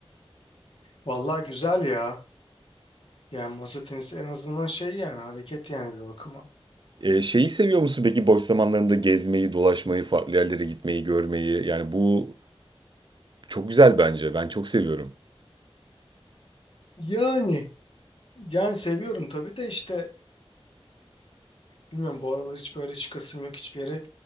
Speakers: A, on the left (about 60°); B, on the right (about 50°).
A: Vallahi güzel ya. Yani masa tenisi en azından şey yani hareket yani bir bakıma.
B: Ee, şeyi seviyor musun peki boş zamanlarında gezmeyi, dolaşmayı, farklı yerlere gitmeyi, görmeyi? Yani bu çok güzel bence. Ben çok seviyorum.
A: Yani yani seviyorum tabii de işte bilmiyorum bu aralar hiç böyle çıkasım yok hiçbir yere.